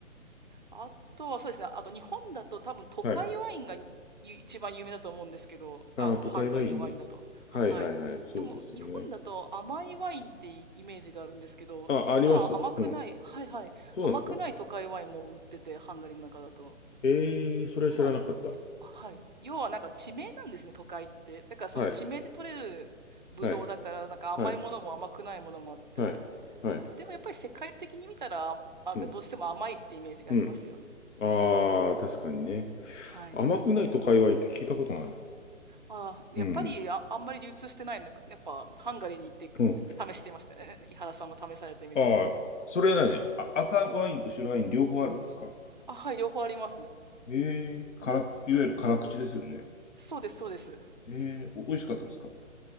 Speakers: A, on the right (about 40°); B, on the left (about 65°).
A: あとはそうですね。あと日本だと多分都会ワインがい一番有名だと思うんですけど、
B: はい。ああ、
A: あの、
B: 都会はいいね。
A: ハンガリーのワインだと。
B: はい、
A: はい。
B: はい、はい、そうですよね。
A: でも日本だと甘いワインってイメージがあるんですけど、
B: あ、
A: 実は甘くない、
B: あります。うん。
A: はいはい、
B: そうなんですか。
A: 甘くない都会ワインも売ってて、ハンガリーの中だと。
B: ええそれは知らなかった。
A: まあ、いいあはい。要はなんか地名なんですね、都会って。だからその地名で取れるブドウだから、
B: はい、はい、
A: なんか甘いものも甘くないものもあって。
B: はい、はい、はい、
A: でもやっぱり世界的に見たら、なんかどうしても甘いってイメージがありますよね。
B: うん、うん。ああ、
A: うん
B: 確かにね。
A: はい。
B: 甘くない都会はいいって聞いたことないな。
A: あー、
B: うん、
A: やっぱりあ、あんまり流通してないのか。やっぱ、ハンガリーに行って試してみます。
B: うん。
A: えー井原さんも試されてみては、
B: ああ、それは何あ、
A: いかがでしょうか。
B: 赤ワインと白ワイン両方あるんですか
A: あ、はい、両方あります。
B: ええから、いわゆる辛口ですよね。
A: そうです、そうです。
B: ええお美味しかったですか